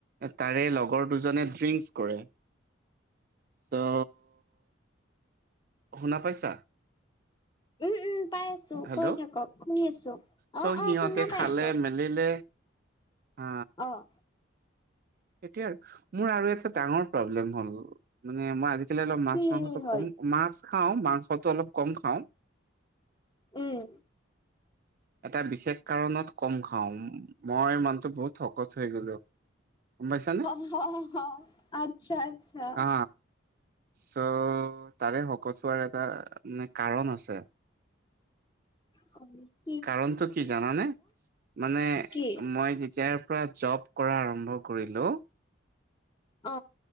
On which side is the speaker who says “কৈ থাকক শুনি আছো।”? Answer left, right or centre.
Left